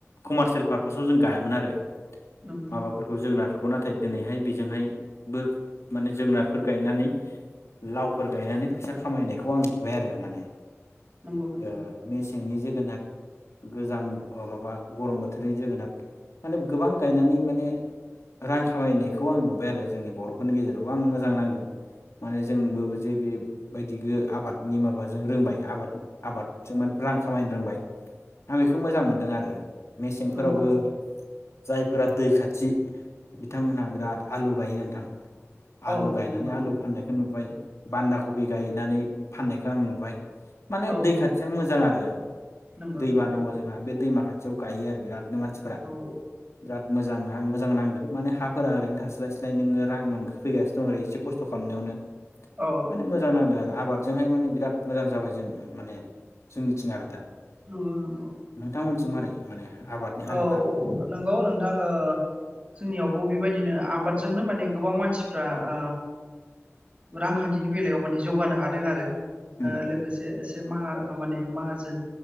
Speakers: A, on the left (about 70°); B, on the right (about 25°).
A: कमारसियेल पारपोजाव जों गायामोन आरो
B: नंगौ
A: माबाफोरखौ जोगोनारफोरखौ बेखौ नाथाय दिनैहाय बेजोंहायबो माने जोगोनारफोर गायनानै लावफोर गायनानै फैसा खामायनायखौ आं नुबाय आरो माने
B: नंगौ नंगौ
A: ओ मेसेंनि जोगोनाद गोजां माबा गरम बोथोरनि जोगोनार माने गोबां गायनानै माने रां खामायनायखौ आं नुबाय आरो जोंनि बरफोरनि गेजेरावबो आं मोजां नांदों माने जोंबो जे बेबायदि आबादनि माबाजों रोंबाय आबाद आबादजों माने रां खामायनो रोंबाय आं बेखौ मोजां मोनदों आरो मेसेंफोरावबो
B: नंगौ
A: जायफोरा दै खाथि बिथांमोनहा बिराद आलु गायो नोंथां आलु
B: औ
A: गायनानै
B: नंगौ
A: आलु फाननायखो नुबाय। बान्दा कफि गायनानै फाननायखौ आं नुबाय माने
B: औ
A: दै खाथिया मोजां आरो।
B: नंगौ
A: दैमा
B: नंगौ
A: दंङ जोंहा बे दैमा खाथियाव गायो आरो बिराद मानसिफ्रा
B: औ
A: बिराद मोजां आं मोजां नांदों माने हाफोरा ओरैनो थास्लायस्लाय नोंङो रां मोनखो फैगासिनो दं ओरै एसे खस्थ खालामनायावनो।
B: औ
A: माने मोजां नांदों आरो। आबादजोंहाय माने बिराद मोजां जाबाय जों माने जोंनिथिं आरो दा
B: नंगौ नंगौ
A: नोंथांमोनथिं मारै माने आबादनि हालोदा
B: औ नंगौ नोंथां ओ जोंनियावबो बेबायदिनो आबादजोंनो माने गोबां मानसिफ्रा ओ रांखान्थिनि बेलायाव माने जौगानो हादों आरो
A: उम
B: ओ लोगोसे
A: उम
B: एसे जे माहा माने माहाजोन